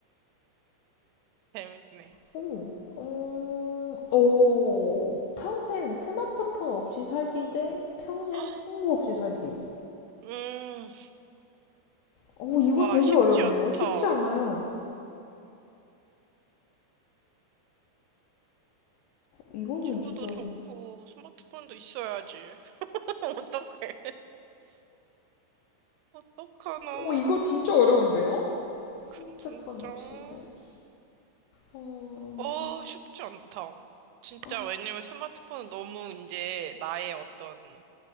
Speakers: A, on the right (about 85°); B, on the left (about 80°).
A: 재밌네.
B: 오, 음, 오, 평생 스마트폰 없이 살기 대 평생
A: <laughs>
B: 친구 없이 살기요.
A: 음,
B: 어, 이거
A: 와,
B: 되게
A: 쉽지
B: 어렵네요.
A: 않다.
B: 쉽지 않아요. 이거는
A: 친구도
B: 진짜.
A: 좋고, 스마트폰도 있어야지. <laughs> 어떡해. 어떡하나.
B: 오, 이거 진짜 어려운데요? 스마트폰
A: 큰, 진짜.
B: 없이 살기. 어,
A: 어, 쉽지 않다. 진짜,
B: 아,
A: 왜냐면 스마트폰은 너무 이제 나의 어떤